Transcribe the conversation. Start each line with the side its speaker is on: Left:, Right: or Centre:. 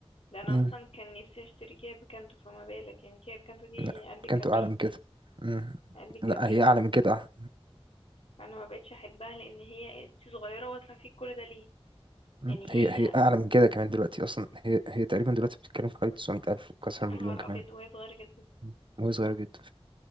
Left: ده انا
Right: مم.
Left: اصلا كان نفسي اشتري كيا بيكانتو فما بالك يعني كيا بيكانتو دي
Right: لا
Left: قلب الكبريت
Right: كانت اعلى من كده مم.
Left: قلب الكبريت
Right: لا هي اعلى من كده أعلى.
Left: انا ما بقتش احبها لان هي انت صغيره واطلع فيك كل ده ليه
Right: مم.
Left: يعني هي
Right: هي هي اعلى من كده كمان دلوقتي اصلا هي هي تقريبا دلوقتي بتتكلم في حوالي 900000 وكسر
Left: يا
Right: مليون
Left: نهار
Right: كمان
Left: ابيض وهي صغيره جدا
Right: مم. وهي صغيره جدا